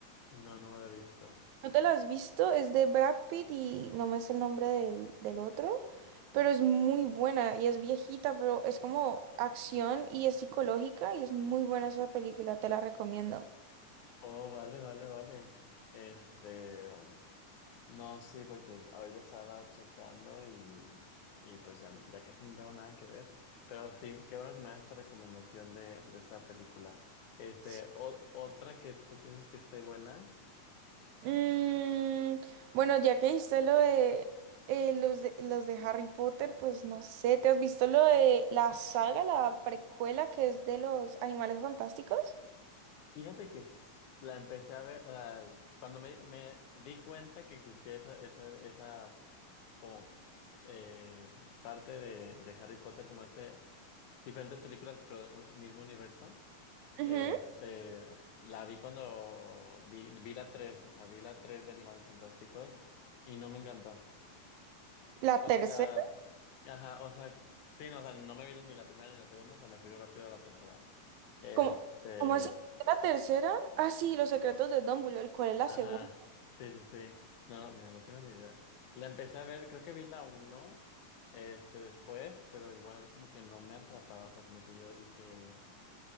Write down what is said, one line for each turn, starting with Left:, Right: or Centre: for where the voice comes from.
Left: No, no me lo he visto.
Right: ¿No te lo has visto? Es de Brad Pitt y no me es el nombre del, del otro, pero es muy buena y es viejita, pero es como acción y es psicológica y es muy buena esa película, te la recomiendo.
Left: Oh, vale, vale, vale. Este. um, No, sí, porque ahorita estaba checando y, y pues ya, ya casi no tengo nada que ver. Pero sí, qué bueno que me das esta recomendación de, de esta película. Este,
Right: Sí.
Left: o- otra que tú piensas que esté buena.
Right: Mm, bueno, ya que hice lo de, eh, los de los de Harry Potter, pues no sé, ¿te has visto lo de la saga, la precuela que es de los Animales Fantásticos?
Left: Fíjate que s- la empecé a ver, o sea, cuando me, me di cuenta que existía esa, esa, esa como eh, parte de, de Harry Potter, como este, diferentes películas, pero un mismo universo.
Right: Ujú.
Left: Este, la vi cuando vi, vi la 3 o sea, vi la 3 de Animales Fantásticos y no me encantó.
Right: La
Left: O
Right: tercera.
Left: sea, ajá, o sea, sí, no, o sea, no me vieron ni la primera ni la segunda, o sea, me fui rápido a la tercera. Este,
Right: ¿Cómo, cómo es la tercera? Ah, sí, Los secretos de Dumbledore. ¿Cuál es
Left: ajá,
Right: la segunda?
Left: sí, sí, sí. No, no, mira, no tengo ni idea. La empecé a ver, creo que vi la uno este, después, pero igual como que no me atrapaba, o sea, como que yo dije,